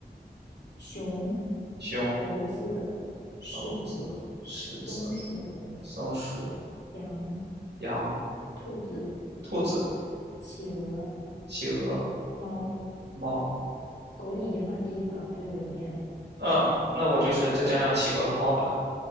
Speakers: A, on the left; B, on the right.
A: 熊、
B: 熊、
A: 猴子、狮子、
B: 猴子、狮子、
A: 松鼠、
B: 松鼠、
A: 羊、
B: 羊、
A: 兔子、
B: 兔子、
A: 企鹅、
B: 企鹅、
A: 猫。
B: 猫。
A: 狗你已经放第一个了，所以我就不念了。
B: 嗯，那我就是再加上企鹅和猫吧，